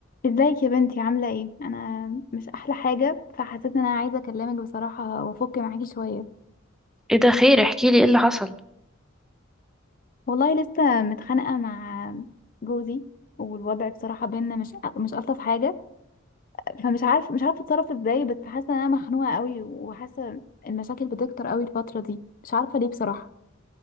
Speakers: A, on the left; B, in the centre.
A: ازيك يا بنتي عاملة ايه؟ انا مش احلى حاجة فحسيت ان انا عايزة اكلمك بصراحة وافك معاكي شوية
B: ايه ده خير احكي لي ايه اللي حصل
A: والله لسه متخانقة مع جوزي والوضع بصراحة بينا مش مش الطف حاجة فمش عارف مش عارفة اتصرف ازاي بس حاسة ان انا مخنوقة قوي وحاسة المشاكل بتكتر قوي الفترة دي مش عارفة ليه بصراحة